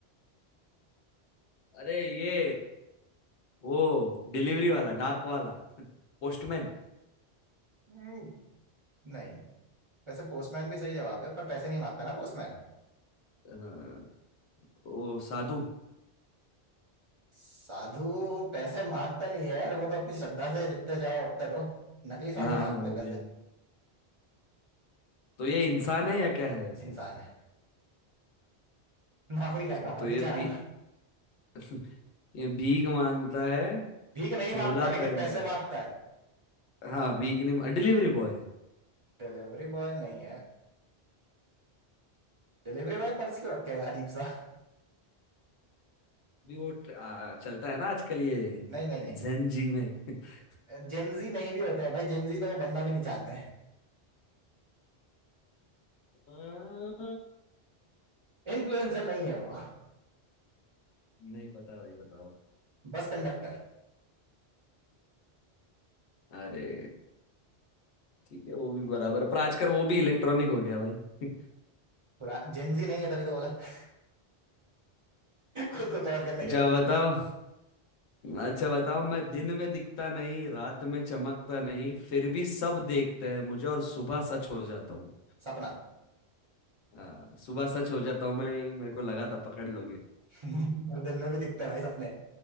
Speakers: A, on the left; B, on the right.
A: अरे ये वो डिलीवरी वाला डाक वाला पोस्टमैन
B: हम्म, नहीं वैसे पोस्टमैन भी सही जवाब है पर पैसे नहीं मांगता ना पोस्टमैन
A: हाँ वो साधु
B: साधु पैसे मांगता नहीं है यार वो तो अपनी श्रद्धा से जितने चाहो उतने दो नकली साधु
A: हाँ
B: मांगते
A: वो
B: हैं पैसे
A: भी है। तो ये इंसान है या क्या है ऐसा
B: इंसान है नौकरी कर
A: अच्छा
B: रहा है भाई
A: तो ये
B: बेचारा
A: भी <laughs> ये भीख मांगता है
B: भीख नहीं
A: झोला
B: मांगता लेकिन
A: पहनता
B: पैसे
A: है
B: मांगता है
A: हाँ वीक नहीं डिलीवरी बॉय
B: डिलीवरी बॉय नहीं है डिलीवरी बॉय पर्स क्यों रखेगा अजीब सा
A: भी वो ट्र- आ, चलता है ना आजकल ये
B: नहीं नहीं नहीं
A: जेन जी में <laughs>
B: जेंजी नहीं भी होते हैं भाई जेंजी तो वो बनना भी नहीं चाहते हैं
A: आ,
B: इन्फ्लुएंसर नहीं है वो
A: नहीं पता भाई बताओ
B: Bus conductor
A: अरे ठीक है वो भी बराबर है पर आजकल वो भी इलेक्ट्रॉनिक हो गया भाई <laughs>
B: पूरा जेंजी नहीं है तभी तो बोला <laughs> खुद को कवर करने
A: अच्छा
B: के लिए कुछ
A: बताओ
B: भी
A: अच्छा बताओ मैं दिन में दिखता नहीं रात में चमकता नहीं फिर भी सब देखते हैं मुझे और सुबह सच हो जाता हूँ
B: सपना
A: हाँ सुबह सच हो जाता हूँ मैं मेरे को लगा था पकड़ लोगे
B: <laughs> और दिन में भी दिखते हैं भाई सपने